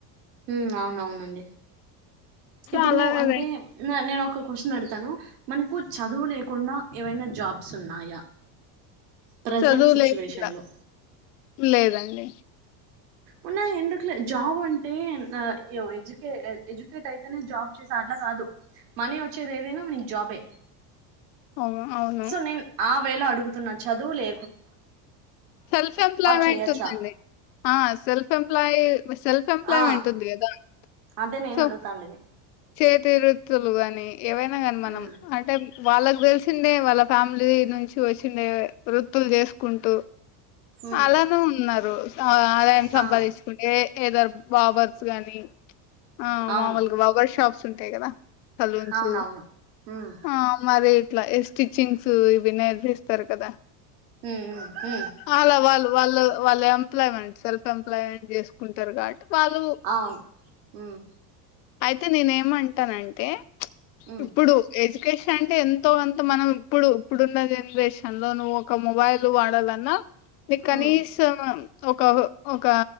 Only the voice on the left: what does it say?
సో
అలాగ
చదువులేకుండా
లేదండి
అవు అవును
సెల్ఫ్ ఎంప్లాయ్మెంట్
ఉందండి ఆ సెల్ఫ్ ఎంప్లాయీ సెల్ఫ్ ఎంప్లాయ్మెంట్
ఉంది కదా
సో
చేతి వృత్తులు కాని ఏవైనా కానీ మనం
అంటే వాళ్ళకు తెలిసిందే వాళ్ళ ఫ్యామిలీ నుంచి వచ్చిండే వృత్తులు చేసుకుంటూ
అలానే ఉన్నారు ఆదాయం సంపాదించుకుంటే
ఏ ఇ దరు బాబర్స్ గానీ ఆ
మాముూలుగా వగర్ షాప్స్ ఉంటాయి కదా సె లూన్స్
ఆ మరి ఇట్లా ఏ స్టిచ్చింగ్స్ ఇవి నేర్పిస్తారు కదా
అలా వాళ్ళు వాళ్ళు వాళ్ళ ఎంప్లాయ్మెంట్ సెల్ఫ్ ఎంప్లాయ్మెంట్ చేసుకుంటారు కాట్టి వాళ్ళు
అయితే నేనేమంట ఉంటానంటే
ఇప్పుడు ఎడ్యుకేషన్ అే ఎంతో అంత మనం ఇప్పుడు ఇప్పుడున్నద జనరేషన్ లో నువ్వు ఒక మొబైల్ వాడాలన్నా మీ కనీస
ఒక ఒక